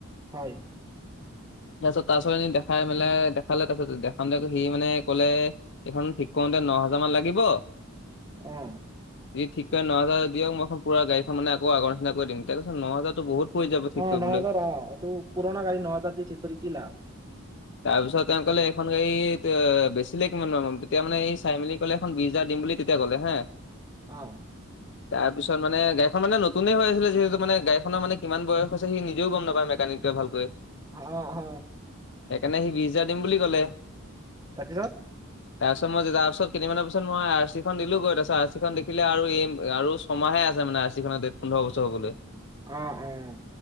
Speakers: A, on the right; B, on the left.
A: হয়
B: তাৰপিছত তাৰ পিছত এনে দেখাই মেলাই দেখালে তাৰপিছত দেখা দে সি মানে কলে এইখন ঠিক কৰোতে ন হাজাৰ মান লাগিব
A: উম
B: যদি ঠিক কৰে ন হাজাৰ দিয়ক মইখন পৰা গাড়ীখন মানে আৌ আগৰ নিিনা কৰি দি তাৰিছ ন হাজাৰো বহুত পৰি যাব ঠিক
A: অ
B: কৰিবলৈ
A: নজাৰ অ এইটো পুৰণা গাড়ী নহজাৰ দি ঠিক কৰি কি লাভ
B: তাৰপিছত তেওঁ কলে এইখন গাড়ী বেছিলে কিমান তেতিয়া মানে এই চাই মেলি ক'লে এখন বি হাজাৰ দিম বুলি তেতিয়া ক'লে হা
A: আহ
B: তাৰপিছত মানে গাইখন মানেতুনে হৈ আছিলে যিহেতু মানে গাইখনৰ মান কিমান বয়স হৈছে সি নিজেও গম নাপায় মে া ভালকৈ
A: আহ অ
B: সেইকাৰণে সি বিছ হজাৰ দিম বুলি কলে
A: তাৰপিছত
B: তাৰপিছত মই তাৰ পিছত তি মমান পিছ মই আৰ চিখন দিলোগৈ তাৰপাছত আৰ চিখন দেখিলে আৰু এই আৰু ছমাহে আছে মানে আিখত দে পোধৰ বছৰ হ'বলৈ
A: আহ উম।